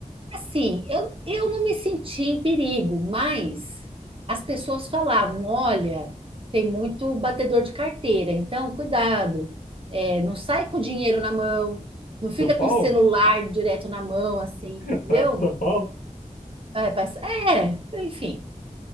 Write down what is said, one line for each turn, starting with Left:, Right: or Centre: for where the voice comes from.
Right: assim, eu, eu não me senti em perigo, mas as pessoas falavam: olha, tem muito batedor de carteira, então cuidado, é, não sai com dinheiro na mão, não fica
Left: São Paulo?
Right: com o celular direto na mão, assim,
Left: <laughs>
Right: entendeu?
Left: É, São Paulo?
Right: É, mas- é, enfim.